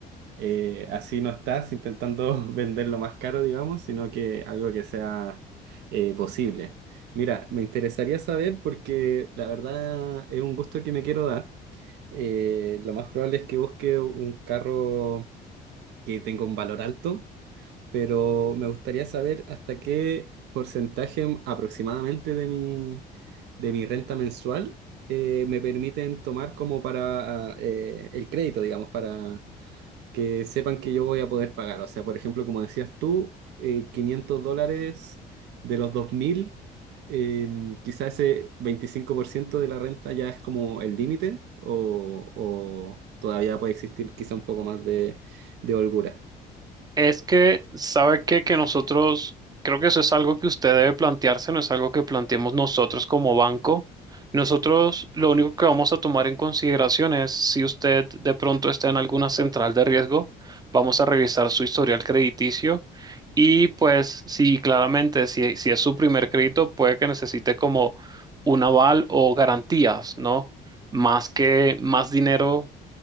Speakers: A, on the right; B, on the right.
A: eh, así no estás intentando <laughs> venderlo más caro, digamos, sino que algo que sea eh, posible. Mira, me interesaría saber porque la verdad es un gusto que me quiero dar. Eh, lo más probable es que busque un carro que tenga un valor alto pero me gustaría saber hasta qué porcentaje aproximadamente de mi, de mi renta mensual eh, me permiten tomar como para eh, el crédito, digamos, para que sepan que yo voy a poder pagar. O sea, por ejemplo, como decías tú, eh, 500 dólares de los 2.000, eh, quizás ese 25% de la renta ya es como el límite o, o todavía puede existir quizá un poco más de, de holgura.
B: Es que, ¿sabe qué? Que nosotros, creo que eso es algo que usted debe plantearse, no es algo que planteemos nosotros como banco. Nosotros lo único que vamos a tomar en consideración es si usted de pronto está en alguna central de riesgo, vamos a revisar su historial crediticio y pues si claramente, si, si es su primer crédito, puede que necesite como un aval o garantías, ¿no? Más que más dinero